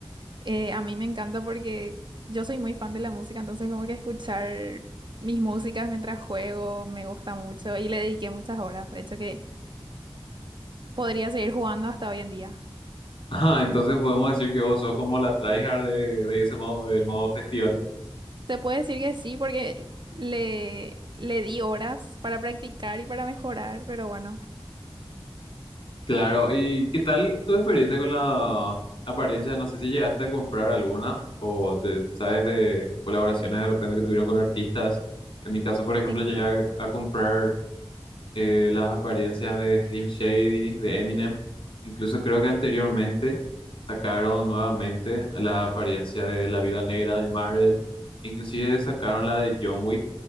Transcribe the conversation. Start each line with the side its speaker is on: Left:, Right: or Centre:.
Right: eh, a mí me encanta porque yo soy muy fan de la música, entonces como que escuchar mis músicas mientras juego me gusta mucho y le dediqué muchas horas, de hecho que podría seguir jugando hasta hoy en día.
Left: Ah, entonces podemos decir que vos sos como la tryhard de, de ese modo, del modo festival.
Right: Se puede decir que sí porque le, le di horas para practicar y para mejorar, pero bueno.
Left: Claro, ¿y qué tal tu experiencia con la apariencia? No sé si llegaste a comprar alguna o te- sabes de colaboraciones de repente que tuvieron con artistas. En mi caso, por ejemplo,
Right: Sí.
Left: llegué a a comprar eh, las apariencias de Slim Shady, de Eminem. Incluso creo que anteriormente sacaron nuevamente la apariencia de La Viuda Negra de Marvel. Inclusive sacaron la de John Wick.